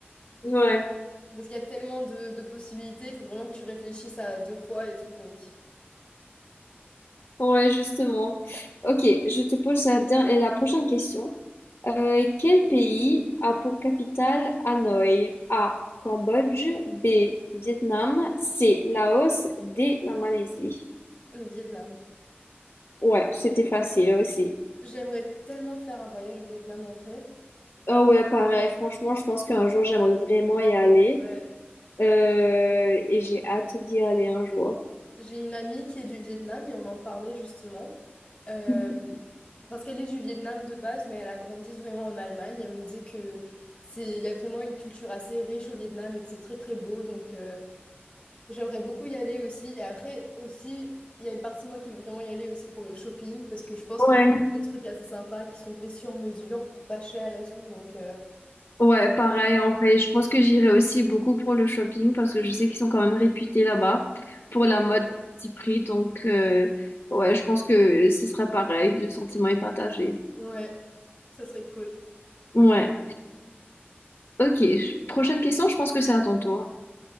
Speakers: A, on the left; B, on the left.
A: Ouais,
B: Parce qu'il y a tellement de, de possibilités, il faut vraiment que tu réfléchisses à deux fois et tout, donc
A: ouais, justement. Ok, je te pose la, der- euh, la prochaine question. Euh, quel pays a pour capitale Hanoï? A. Cambodge. B. Vietnam. C. Laos. D. La Malaisie.
B: le Vietnam.
A: Ouais, c'était facile aussi.
B: J'aimerais tellement faire un voyage au Vietnam en vrai.
A: Oh ouais, pareil. Franchement, je pense qu'un jour, j'aimerais vraiment y aller.
B: Ouais.
A: Euh, et j'ai hâte d'y aller un jour.
B: J'ai une amie qui est du Vietnam et on en parlait justement. Euh,
A: <laughs>
B: parce qu'elle est du Vietnam de base, mais elle a grandi vraiment en Allemagne. Elle me disait que c'est, il y a vraiment une culture assez riche au Vietnam et que c'est très très beau. Donc euh, j'aimerais beaucoup y aller aussi. Et après aussi, il y a une partie de moi qui veut vraiment y aller aussi pour le shopping parce que je pense qu'il
A: Ouais.
B: y a plein de trucs assez sympas qui sont faits sur mesure pour pas cher et tout. Donc euh,
A: Ouais, pareil, en fait, je pense que j'irai aussi beaucoup pour le shopping parce que je sais qu'ils sont quand même réputés là-bas pour
B: ouais,
A: la mode à petit prix. Donc, euh, ouais, je pense que ce sera pareil, le sentiment est partagé.
B: ouais, ça serait cool.
A: Ouais, ok. Prochaine question, je pense que c'est à ton tour.